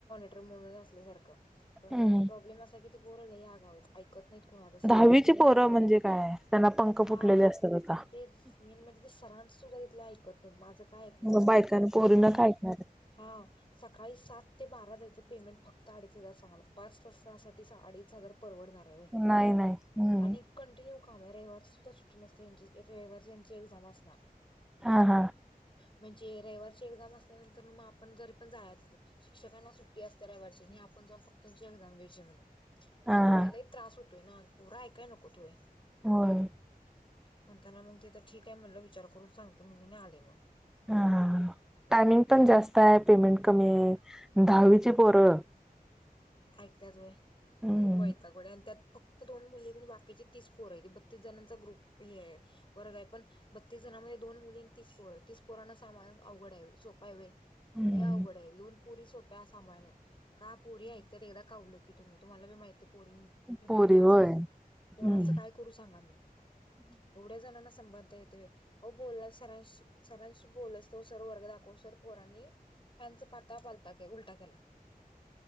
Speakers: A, on the left; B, in the centre.
A: <unintelligible> असल्यासारखं, पण
B: हम्म.
A: प्रॉब्लेम असा हाय की ती पोरं लय आगाव आहेत ऐक नीट होणार हाय, सरांच
B: दहावीची
A: ते नीट
B: पोरं
A: ऐकत
B: म्हणजे
A: नाही,
B: काय त्यांना पंख
A: हा
B: फुटलेले असतात आता.
A: तेच, मेन म्हणजे ते सरा अन सुरळीत कुठलं ऐकत नाही, माझं काय ऐकणार
B: मग
A: आहे
B: बायकां पोरीना
A: आणि
B: काय ऐकणार.
A: हा, सकाळी सात ते बारा जायचं, पेमेंट फक्त अडीच हजार सांगायलत, पाच, सा, तासासाठी अडीच हजार परवडणार? आहे व्हय.
B: नाय, नाय, हम्म
A: आणि कंटिन्यू काम आहे, रविवारीची सुद्धा सुट्टी नसते, रविवारी यांची एक्झाम असणार.
B: हा, हा
A: म्हणजे रविवारची एक्झाम असल्यानंतरन आपण जरी पण जायच शिक्षकांना सुट्टी असते रविवारची आपण जाऊ फक्त त्यांची एक्झाम घ्यायची म्हणं,
B: हा
A: मग
B: हा
A: ते लय त्रास होतोय ना, पोरं ऐकाय नकोत वोय.
B: व्हय
A: म्हणताना मग तिथ ठीक आहे म्हणलं, विचार करून सांगते, म्हलीने आले मग.
B: हा, हा, हा टायमिंग पण जास्त आहे, पेमेंट कमी आहे, दहावीची पोरं
A: ऐकत्यात वय,
B: हम्म
A: वैतागवाडी आणत्यात फक्त दोन मुलीआहेत, बाकीचे तीस पोरं हायती, बत्तीस जणांचा ग्रुप हे आहे वर्ग आहे पण बत्तीस जण दोन मुलीं, तीस पोरं, तीस पोरांना संभालाय अवघड हाय सोप हाय वय?
B: हम्म
A: लय अवघड आहे, दोन पुरी सोप्या सांभाळणार का पुरी ऐक कावलं की तुम्ही तुम्हाला बी माहितेय पोरी एकदम
B: पोरी
A: ही असत्यात,
B: होय
A: पोरांच
B: हम्म.
A: काय करू सांगा मी? एवढ्या जनांना संबंध येतोय, अहो बोलला सरांशी सरांशी बोलसतवर, सर्व वर्ग दाखवस्तर पोरांनी फॅनचा पाता पालता उलटा केला.